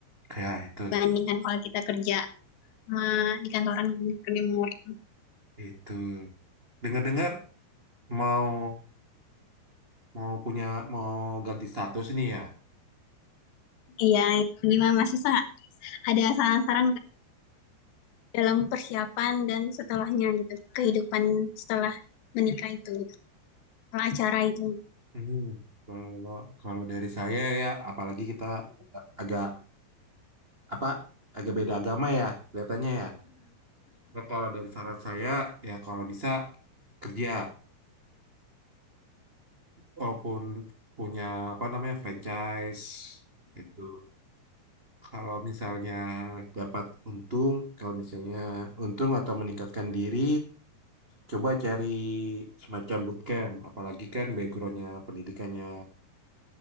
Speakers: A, on the right; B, on the left.
A: kayak itu.
B: Dibandingkan kalau kita kerja sama di kantoran kerja remote.
A: Itu. Dengar-dengar mau mau punya mau ganti status ini ya.
B: Iya, itu gimana masih sa- ada saran-saran dalam persiapan dan setelahnya gitu. Kehidupan setelah menikah itu, gitu. Setelah acara itu.
A: Hmm, kalau kalau dari saya ya, apalagi kita agak agak- apa agak beda agama ya kelihatannya ya. Nah, kalau dari saran saya ya kalau bisa kerja walaupun punya apa namanya franchise itu Kalau misalnya dapat untung, kalau misalnya untung atau meningkatkan diri Coba cari semacam bootcamp, apalagi kan backgroundnya pendidikannya